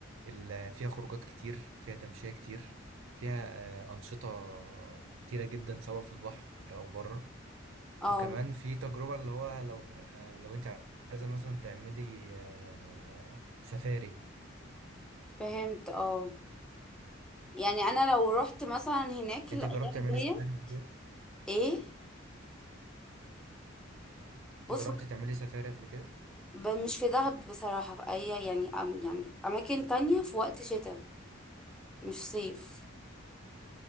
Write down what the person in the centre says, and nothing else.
اه
فهمت اه يعني انا لو رحت مثلا هناك
الايام
ديت
ايه بص
ب- مش في دهب بصراحة في أي يعني أم يعني أماكن تانية في وقت شتاء مش صيف